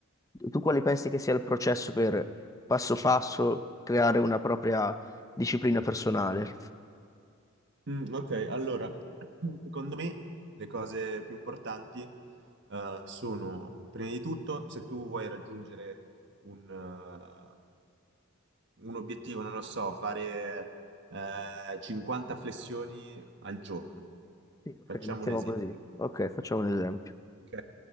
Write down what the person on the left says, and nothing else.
Tu quale pensi che sia il processo per passo passo creare una propria disciplina personale?
Sì, ok,
mettiamo
così. Ok, facciamo un esempio.